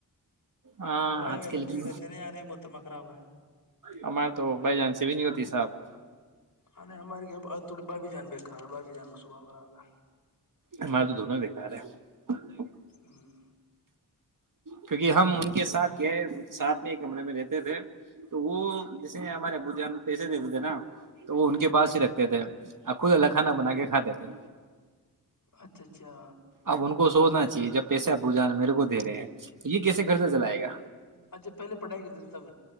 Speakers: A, on the right; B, on the left.
A: ہاں
B: بھائی
A: آج
B: بھائی
A: کل
B: تو ٹھیک
A: کی
B: رہتے نا یار یہ محترما خراب ہے
A: ہمارے تو بائی جان سے بھی نہیں ہوتی صاحب
B: ا ہماری تھوڑی بابھی جان بے کار بابھی جان و صبا خراب ہے
A: ہمارے <inaudible>
B: ہمم
A: کیونکہ ہم ان کے ساتھ گ ساتھ میں ہی کمرے میں رہتے تھے تو وہ جسے ہمارے ابو جان پیسے دیتے تھے نا تو وہ ان کے پاس ہی رکھتے تھے اور خود اللہ کھانا بنا کے کھاتے تھے
B: اچھا اچھا
A: اب ان کو سوچنا چاہیے جب پیسے بوجان میرے کو دے ہیں یہ کیسے خرچہ چلائے گا
B: اچھا پہلے پڑھائی کر تے تھے تب